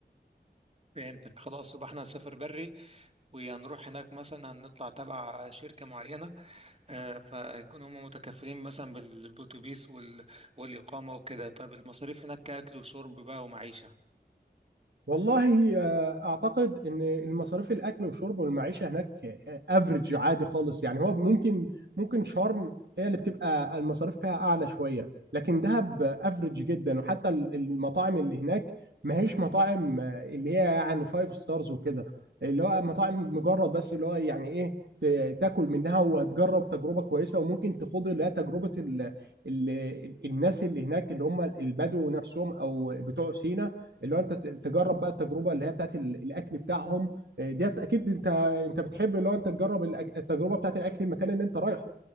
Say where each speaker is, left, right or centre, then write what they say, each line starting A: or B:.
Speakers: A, on the right (about 35°); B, on the right (about 75°).
A: فهمتك خلاص يبقى احنا هنسافر بري وهنروح هناك مثلا هنطلع تبع شركة معينة آه، فيكون هم متكفلين مثلا بال- بالأتوبيس وال... والإقامة وكده طيب المصاريف هناك كأكل وشرب بقى ومعيشة
B: والله آه، اعتقد ان المصاريف الاكل والشرب والمعيشه هناك افريج عادي خالص يعني هو ممكن ممكن شرم هي اللي بتبقى المصاريف فيها اعلى شويه لكن دهب افريج جدا وحتى ال- المطاعم اللي هناك ما هيش مطاعم آه، اللي هي يعني فايف ستارز وكده اللي هو مطاعم مجرد بس اللي هو يعني ايه ت- تاكل منها وهتجرب تجربه كويسه وممكن تخوض لا تجربه ال ال الناس اللي هناك اللي هم البدو نفسهم او بتوع سينا اللي هو انت ت- تجرب بقى التجربه اللي هي بتاعت ال- الاكل بتاعهم آه، ديت اكيد انت انت بتحب اللي هو انت تجرب الأك- التجربه بتاعت الاكل المكان اللي انت رايحه